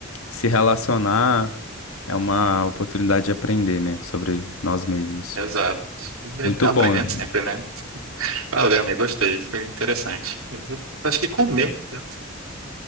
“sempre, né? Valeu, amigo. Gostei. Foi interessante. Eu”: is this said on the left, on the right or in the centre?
Right